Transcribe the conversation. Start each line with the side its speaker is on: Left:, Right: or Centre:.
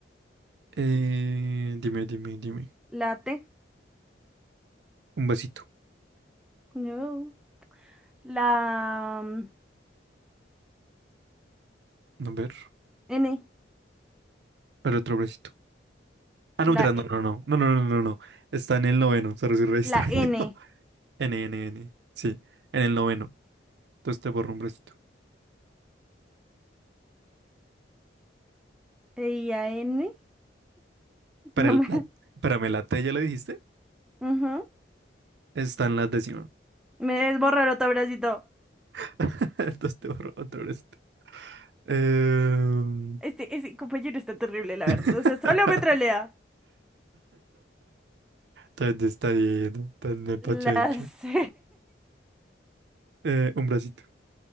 Right: Eh, dime, dime, dime.
Centre: La T,
Right: Un vasito.
Centre: no. La mm,
Right: A ver.
Centre: N,
Right: El otro vasito. Ah,
Centre: la,
Right: no, mentira, no,
Centre: E-
Right: no, no. No, no, no, no, no. Está en el noveno. Se re distraído.
Centre: la N.
Right: <laughs> N, N, N. Sí, en el noveno. Entonces te borro un bracito.
Centre: E, I, A, N.
Right: Para
Centre: No
Right: el,
Centre: me.
Right: la,
Centre: <laughs>
Right: espérame, la T ya le dijiste.
Centre: Ujú.
Right: Está en la décima.
Centre: Me desborra el otro bracito.
Right: <laughs> Entonces te borro otro bracito. Em,
Centre: Este, ese compañero está terrible, la verdad.
Right: <laughs>
Centre: O sea, solo me trolea.
Right: Tan distraído, tan despachado.
Centre: La C.
Right: Eh, un bracito.